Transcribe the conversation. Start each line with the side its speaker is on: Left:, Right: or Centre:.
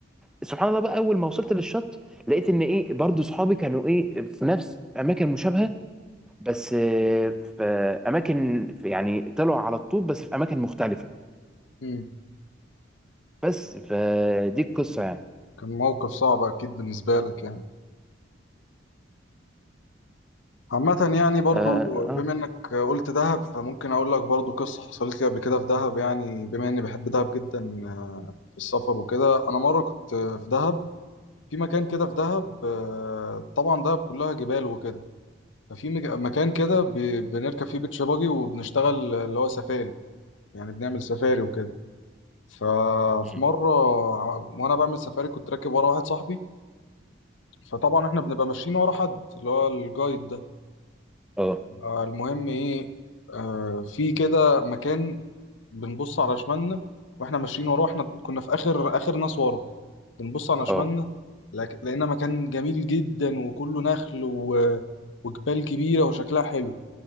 Centre: سبحان الله بقى اول ما وصلت للشط لقيت ان ايه برضو صحابي كانوا ايه في نفس اماكن مشابهه بس آه، في اماكن في يعني طلعوا على الطوب بس في اماكن مختلفه
Left: امم
Centre: بس فدي القصه يعني
Left: كان موقف صعب أكيد بالنسبة لك يعني عامة يعني برضو
Centre: اه اه
Left: بما إنك قلت دهب فممكن أقول لك برضو قصة حصلت لي قبل كده في دهب يعني بما إني بحب دهب جدا آه، في السفر وكده أنا مرة كنت في دهب في مكان كده في دهب آه، طبعا دهب كلها جبال وكده ففي مج- مكان كده ب- بنركب فيه بيتش باجي وبنشتغل اللي هو سفاري يعني بنعمل سفاري وكده ففي
Centre: مم.
Left: مرة ع- وأنا بعمل سفاري كنت راكب ورا واحد صاحبي فطبعا إحنا بنبقى ماشيين ورا حد اللي هو الجايد ده
Centre: اه
Left: فالمهم إيه آه في كده مكان بنبص على شمالنا وإحنا ماشيين وراه إحنا كنا في آخر آخر ناس ورا بنبص على شمالنا
Centre: اه
Left: لك- لقينا مكان جميل جدا وكله نخل و... وجبال كبيرة وشكلها حلو